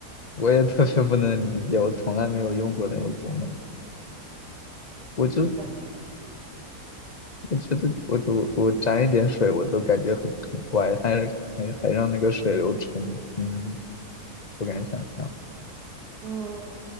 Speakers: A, on the left (about 35°); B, on the right (about 80°).
A: 我也特别不能理解，我从来没有用过那个功能。我就
B: 不敢用。
A: 我觉得我我我沾一点水我都感觉很很怪，还还还让那个水流冲，嗯。不敢想象。
B: 嗯，